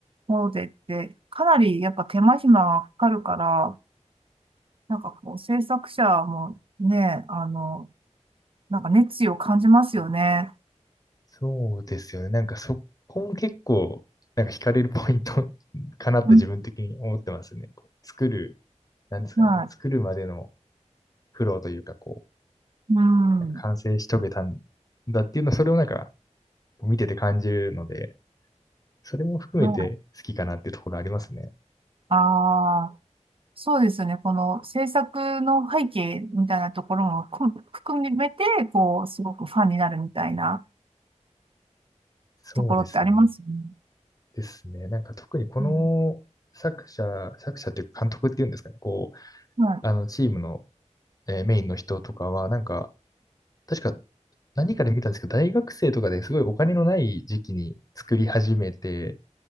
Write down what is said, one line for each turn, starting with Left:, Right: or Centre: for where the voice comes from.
Right: ものでって、かなりやっぱ手間暇がかかるから、なんかこう、制作者もね、あの、なんか熱意を感じますよね。
Left: そうですよね。なんかそこも結構、なんか惹かれるポイント <laughs> かなって自分的に思ってますね。
Right: うん、
Left: こう作る、なんですかね、
Right: はい。
Left: こう作るまでの苦労というか、こ
Right: うん。
Left: う、なんか完成し遂げたんだっていうの、それをなんか見てて感じるので、それも含めて好きかなっていうところありますね。
Right: はい。ああ、そうですよね。この制作の背景みたいなところもこ含めて、こう、すごくファンになるみたいな。
Left: そうですね。
Right: ところってありますよね。
Left: ですね。なんか特にこの作者、
Right: うん、
Left: 作者っていうか監督っていうんですかね、こう、
Right: は
Left: あのチームの、えーメインの人とかは、なんか、確か何かで見たんですけど、大学生とかですごいお金のない時期に作り始めて、